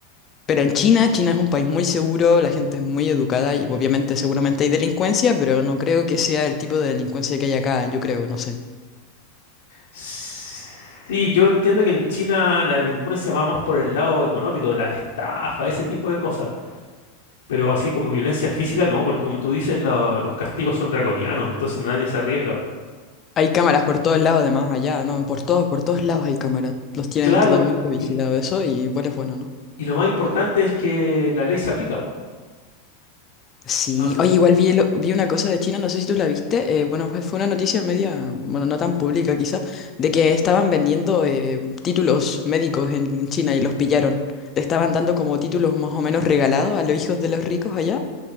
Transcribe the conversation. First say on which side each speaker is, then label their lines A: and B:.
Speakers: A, on the left; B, on the left.
A: pero en China, China es un país muy seguro, la gente es muy educada y obviamente seguramente hay delincuencia, pero no creo que sea el tipo de delincuencia que hay acá, yo creo, no sé.
B: sí, yo entiendo que en China la delincuencia va más por el lado económico, de las estafas, ese tipo de cosas. Pero así como violencia física, no, porque como tú dices, lo- los castigos son draconianos, entonces nadie se arriesga.
A: Hay cámaras por todos lados, además, allá, ¿no? Por todos, por todos lados hay cámaras. Los tienen
B: Claro,
A: totalmente vigilado
B: y,
A: eso y igual es bueno, ¿no?
B: y lo más importante es que la ley se aplica, po.
A: Sí,
B: Entonces,
A: oye, igual vi, el- vi una cosa de China, no sé si tú la viste, eh, bueno, fue, fue una noticia media, bueno, no tan pública quizá, de que estaban vendiendo eh, títulos médicos en, en China y los pillaron. Le estaban dando como títulos más o menos regalados a los hijos de los ricos allá